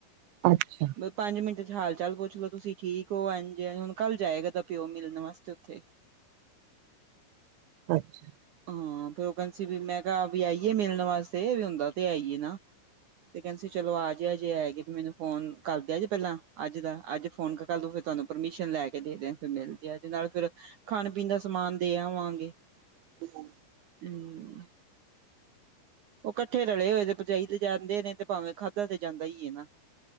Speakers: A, on the right; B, on the right.
A: ਅੱਛਾ।
B: ਪੰਜ ਮਿੰਟ ਚ ਹਾਲ-ਚਾਲ ਪੁੱਛ ਲੋ ਤੁਸੀਂ ਠੀਕ ਹੋਂ ਇਨਜ ਹੈ, ਹੁਣ ਕੱਲ ਜਾਏਗਾ ਇਦਾ ਪਿਓ ਮਿਲਣ ਵਾਸਤੇ ਉੱਥੇ।
A: ਅੱਛਾ।
B: ਹਾਂ, ਫਿਰ ਉਹ ਕਹਿੰਦੇ ਸੀ ਵੀ ਮੈਂ ਕਿਹਾ ਵੀ ਆਈਏ ਮਿਲਣ ਵਾਸਤੇ ਵੀ ਹੁਦਾ ਤੇ ਆਈਏ ਨਾ। ਤੇ ਕਹਿੰਦਾ ਸੀ। ਚਲੋ ਆਜਾਯੇ ਜੇ, ਆਇਆ ਗੇ, ਮੈਨੂੰ ਫੋਨ ਕਰ ਦਿਓ ਜੇ ਪਹਿਲਾਂ ਅੱਜ ਦਾ ਅੱਜ ਫੋਨ ਕਰ ਦੋ ਕਲ ਤੋ ਫਿਰ ਤੁਹਾਨੂੰ ਪਰਮਿਸ਼ਨ ਲੈ ਕੇ ਦੇ ਦੇਯਾਗੇ, ਫਿਰ ਮਿਲਜਾਯੇ ਜੇ ਨਾਲ ਫਿਰ ਖਾਣ-ਪੀਣ ਦਾ ਸਮਾਨ ਦੇ ਆਵਾਂਗੇ।
A: ਠੀਕ ਹੈ।
B: ਹੂੰ। ਉਹ ਇਕੱਠੇ ਰਲੇ ਹੋਏ ਤੇ ਪਚਾਈ ਤੇ ਜਾਂਦੇ ਨੇ ਤੇ ਭਾਵੇਂ ਖਾਧਾ ਤੇ ਜਾਂਦਾ ਹੀ ਹੈ ਨਾ।